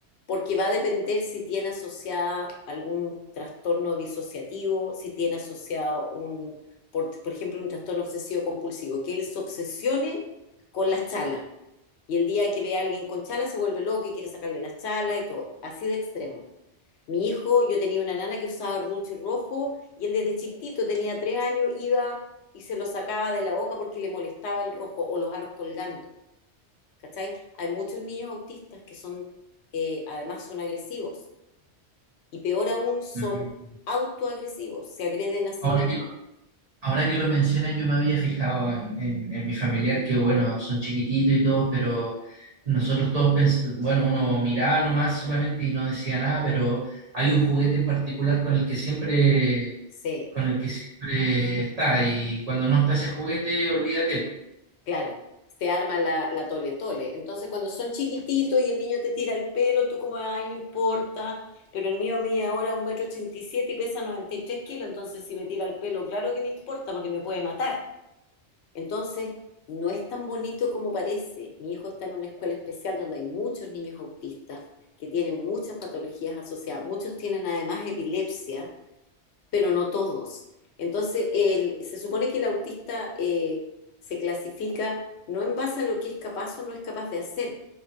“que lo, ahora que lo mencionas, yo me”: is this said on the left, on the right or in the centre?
Right